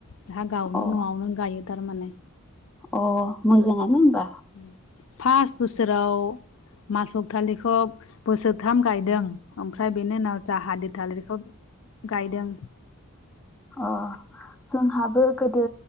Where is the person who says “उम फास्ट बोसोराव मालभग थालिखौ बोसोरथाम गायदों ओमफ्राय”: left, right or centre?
Left